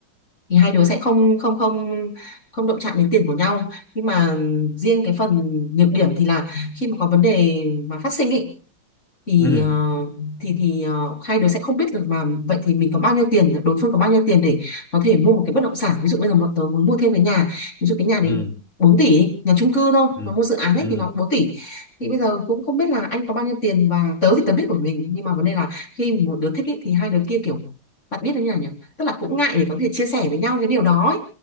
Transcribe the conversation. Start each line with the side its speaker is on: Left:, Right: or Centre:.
Left: thì hai đứa sẽ không không không không động chạm đến tiền của nhau nhưng mà riêng cái phần nhược điểm thì là khi mà có vấn đề mà phát sinh ý thì
Centre: ừ
Left: ờ, thì thì ờ, hai đứa sẽ không biết được mà vậy thì mình có bao nhiêu tiền đối phương có bao nhiêu tiền để có thể mua một cái bất động sản ví dụ bây giờ bọn tớ muốn mua thêm cái nhà ví dụ cái nhà đấy
Centre: ừ ừ
Left: 4 tỷ đi, nhà chung cư thôi
Centre: ừ
Left: mà mua dự án ấy
Centre: ừ,
Left: thì nó bốn tỷ thì bây giờ cũng không biết là anh có bao nhiêu tiền và tớ thì tớ biết của mình nhưng mà vấn đề là khi một đứa thích ý, thì hai đứa kia kiểu bạn biết đấy nhỉ nhỉ tức là cũng ngại để có thể chia sẻ với nhau cái điều đó ấy.